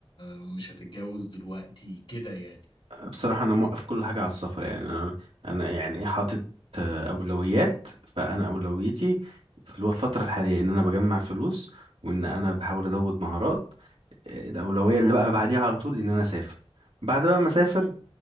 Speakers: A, on the left (about 60°); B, on the right (about 80°).
A: مش هتتجوز دلوقتي كده يعني
B: بصراحة أنا موقف كل حاجة على السفر يعني أنا أنا يعني إيه حاطط آه، أولويات فأنا أولويتي في الو- الفترة الحالية إن أنا بجمع فلوس وإن أنا بحاول أزود مهارات آه، الأولوية اللي بقى بعديها على طول إن أنا أسافر بعد بقى ما أسافر